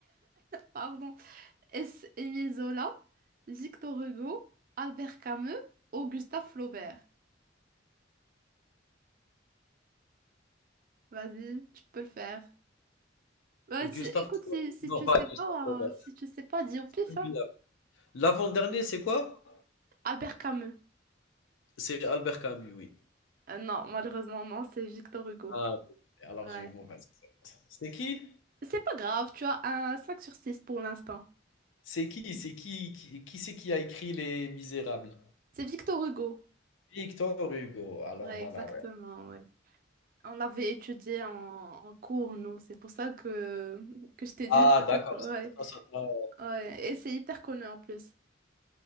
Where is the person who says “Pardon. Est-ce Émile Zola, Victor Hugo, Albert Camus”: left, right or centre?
Right